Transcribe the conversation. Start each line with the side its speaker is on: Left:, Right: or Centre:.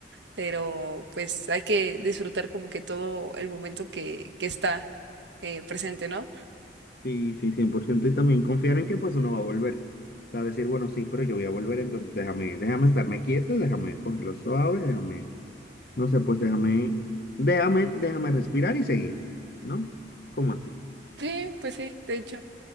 Right: pero pues hay que disfrutar como que todo el momento que, que está eh, presente, ¿no?
Left: Sí, sí, cien por ciento Y también confiar en que pues uno va a volver. O sea, decir, bueno, sí, pero yo voy a volver, entonces déjame, déjame estarme quieto, déjame cogerlo suave, déjame, no sé, pues déjame, déjame, déjame respirar y seguir, ¿no? ¿Cómo así?
Right: Sí, pues sí, de hecho.